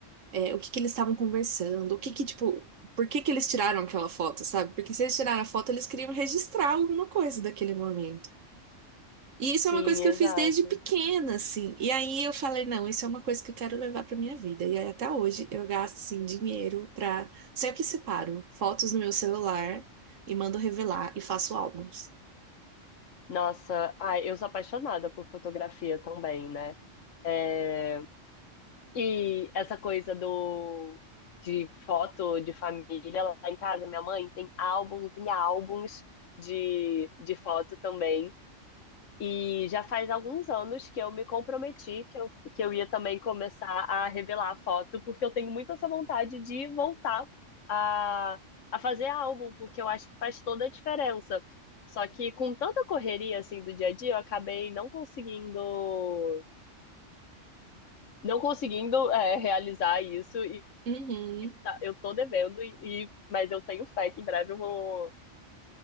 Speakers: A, on the right (about 80°); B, on the left (about 80°).
A: é, o que que eles estavam conversando, o que que, tipo, por que que eles tiraram aquela foto, sabe? Porque se eles tiraram a foto, eles queriam registrar alguma coisa daquele momento. E isso é
B: Sim,
A: uma coisa que
B: exato.
A: eu fiz desde pequena, assim. E aí eu falei, não, isso é uma coisa que eu quero levar pra minha vida. E aí até hoje eu gasto, assim, dinheiro pra... Sempre separo fotos no meu celular e mando revelar e faço álbuns.
B: Nossa, ai, eu sou apaixonada por fotografia também, né? É, E essa coisa do de foto de família lá em casa, minha mãe tem álbuns e álbuns de, de foto também. E já faz alguns anos que eu me comprometi que eu, que eu ia também começar a revelar a foto, porque eu tenho muito essa vontade de voltar a, a fazer álbum, porque eu acho que faz toda a diferença. Só que com tanta correria assim do dia a dia, eu acabei não conseguindo, não conseguindo é, realizar isso e,
A: Uhum,
B: e tá- eu tô devendo, e, e- mas eu tenho fé que em breve eu vou,